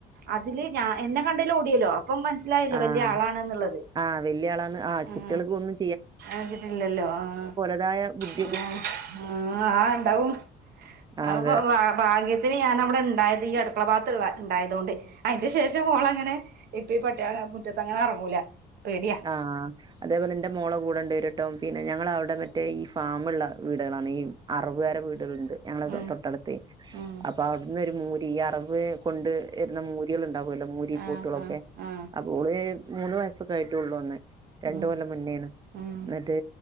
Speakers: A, on the right; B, on the right.
A: അതില് ഞാൻ എന്നെ കണ്ടേല് ഓടിയല്ലോ അപ്പം മ ന്സ്സിലായല്ലോ
B: ആഹ്
A: വല്ല്യ ആളാണ്ന്ന്ള്ളത്
B: ആഹ് വല്യ ആളാന്ന് ആഹ്
A: ഉം
B: കുട്ടികൾക്ക് ഒന്നും
A: ആഹ് വിട്ല്ലല്ലോ ആഹ്
B: തായാ <unintelligible>
A: ആഹ് ആഹ് ഇണ്ടാവും
B: അതെ
A: അപ്പൊ വാ ഭാഗ്യ ത്തിന് ഞാൻ അവടെ ഇണ്ടായത് ഈ അട്ക്കള ഭാഗത്ത്ള്ളെ ഇണ്ടായതോണ്ട് അയിന്റെ ശേഷം ഓളങ്ങനെ ഇപ്പ ഈ പട്ടിയള ആഹ് മുറ്റത്തങ്ങനെ എറങ്ങൂല പേടിയാ
B: ആഹ് അതേ പോലെ ഇന്റെ മോള കൂടെണ്ടേരട്ടം പിന്നെ ഞങ്ങള അവടെ മറ്റേ ഈ ഫാമ്ള്ള വീട്കളാണ് ഈ അറവ്വാരെ വീടള്ണ്ട് ഞങ്ങളെ
A: ഉം
B: തൊ തൊട്ടട്ത്തെ
A: ഉം
B: അപ്പൊ അവട്ന്ന് ഒരു മൂരി ഈ അറവ് കൊണ്ട് വെര്ന മൂ ട്ടിയള് ഇണ്ടാവല്ലോ മൂരി
A: ആ
B: പോത്തളൊക്കെ
A: ആ ആ
B: അപ്പോ ഓള് മൂന്ന് വയസ്സൊക്കായിട്ടോള്ളു അന്ന് രണ്ട്
A: ഉം
B: കൊല്ലം മുന്നേണ്
A: ഉം
B: ഇന്ന്ട്ട്